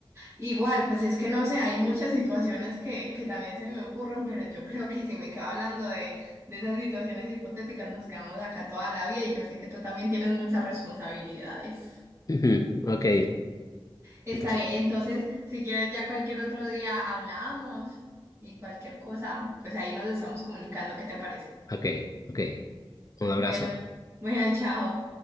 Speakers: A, on the right; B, on the left.
A: Igual, pues es que no sé, hay muchas situaciones que, que también se me ocurren, pero yo <laughs> creo que si me quedo hablando de, de esas situaciones hipotéticas, nos quedamos acá toda la vida y yo sé que tú también tienes muchas responsabilidades.
B: Ujú. Ok,
A: Está
B: entonces,
A: bien, entonces, si quieres, ya cualquier otro día hablamos y cualquier cosa, pues ahí nos estamos comunicando, ¿qué te parece?
B: ok, ok. Un abrazo.
A: Bueno, bueno, chao.